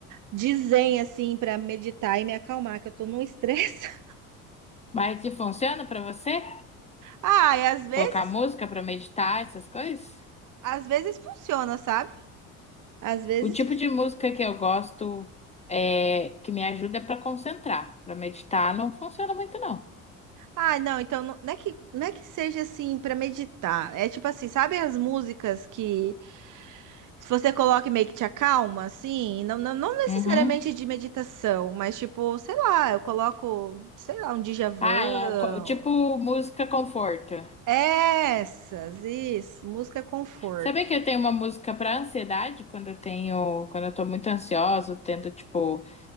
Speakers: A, on the right (about 50°); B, on the left (about 20°).
A: dizer, assim, pra meditar e me acalmar, que eu tô num estresse. <laughs>
B: Mas e funciona pra você?
A: Ah, e às vezes,
B: Colocar música pra meditar, essas coisas?
A: às vezes funciona, sabe? Às vezes
B: O tipo de música que eu gosto é que me ajuda é para concentrar. Pra meditar não funciona muito não.
A: Ah, não, então não, não é que, não é que seja assim pra meditar. É tipo assim, sabe as músicas que se você coloca e meio que te acalma, assim? Não, não, não necessariamente
B: Uhum.
A: de meditação, mas tipo, sei lá, eu coloco, sei lá, um Djavan.
B: Ah, é a co- tipo música conforto.
A: Essas, isso, música conforto.
B: Sabia que eu tenho uma música pra ansiedade quando eu tenho, quando eu tô muito ansiosa, eu tento tipo